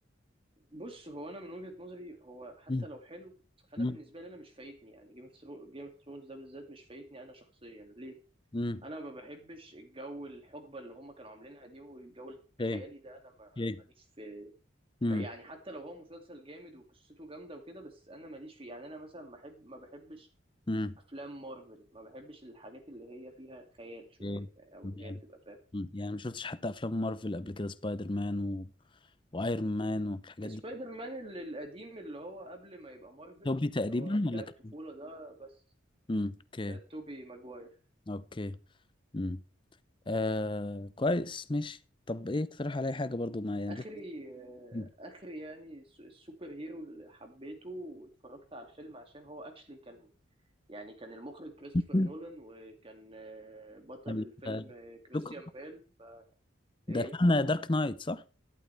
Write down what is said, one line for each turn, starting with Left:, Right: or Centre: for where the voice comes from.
Right: بص هو أنا من وجهة نظري هو حتى
Left: مم.
Right: لو حلو فأنا
Left: مم.
Right: بالنسبة لي أنا مش فايتني يعني جيم اوف جيم اوف ثرونز ده بالذات مش فايتني أنا شخصيا ليه؟
Left: مم.
Right: أنا ما بحبش الجو الحقبة اللي هم كانوا عاملينها دي والجو
Left: ايه
Right: الخيالي ده أنا ما-
Left: ايه
Right: ماليش في
Left: مم.
Right: يعني حتى لو هو مسلسل جامد وقصته جامده وكده بس انا ماليش فيه يعني انا مثلا ما بحب ما بحبش
Left: مم.
Right: افلام مارفل ما بحبش الحاجات اللي هي فيها خيال شويه
Left: ايه
Right: فا- او
Left: مم.
Right: اللي هي بتبقى فاهم
Left: يعني ما شفتش حتى افلام مارفل قبل كده سبايدر مان و... وايرون مان والحاجات
Right: سبايدر
Left: دي
Right: مان ال- القديم اللي هو قبل ما يبقى مارفل
Left: توبي تقريبا
Right: اللي هو بتاع
Left: ولا
Right: الطفوله
Left: كان
Right: ده بس
Left: امم اوكي
Right: آه، توبي ماجواير
Left: اوكي امم آه كويس ماشي طب ايه اقترح عليا حاجه برضو ما يعني
Right: اخري
Left: لسه
Right: آه،
Left: <laughs>
Right: اخري يعني الس- السوبر هيرو اللي حبيته واتفرجت على الفيلم عشان هو اكشلي كان يعني كان المخرج كريستوفر
Left: مم.
Right: نولان وكان آه، بطل
Left: ال-
Right: الفيلم آه، كريستيان
Left: دوك-
Right: بيل
Left: ده
Right: ايه
Left: كان دارك نايت صح